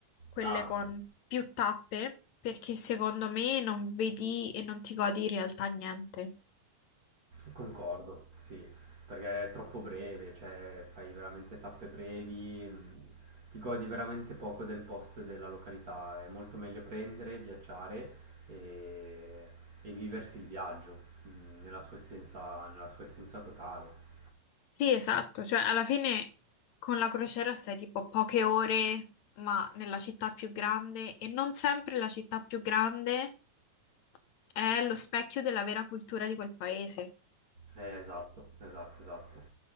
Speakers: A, on the left; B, on the right.
A: quelle
B: Ah,
A: con
B: sì.
A: più tappe, perché secondo me non vedi e non ti godi in realtà niente.
B: Concordo, sì, perché è troppo breve, cioè fai veramente tappe brevi, mh, ti godi veramente poco del posto e della località, è molto meglio prendere, viaggiare e, e viversi il viaggio, mh, nella sua essenza, nella sua essenza totale.
A: Sì, esatto, cioè alla fine con la crociera stai tipo poche ore, ma nella città più grande e non sempre la città più grande è lo specchio della vera cultura di quel paese.
B: Eh, esatto, esatto, esatto.